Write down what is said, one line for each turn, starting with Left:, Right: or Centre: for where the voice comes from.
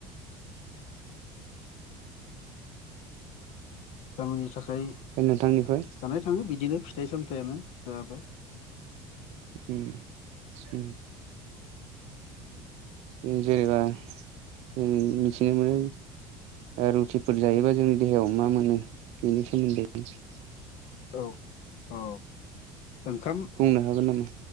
Left: गावनि थाखाय
Right: दा नोंथांनिफ्राय
Left: जानाय थाङो बिदिनो फिथाइ सामथायानो जाबा
Right: उम उम उम जेनेबा जों मिथिनो मोनो ओ रुटिफोर जायोबा जोंनि देहायाव मा मोनो बेनि सोमोन्दै?
Left: औ औ ओंखाम
Right: बुंनो हागोन नामा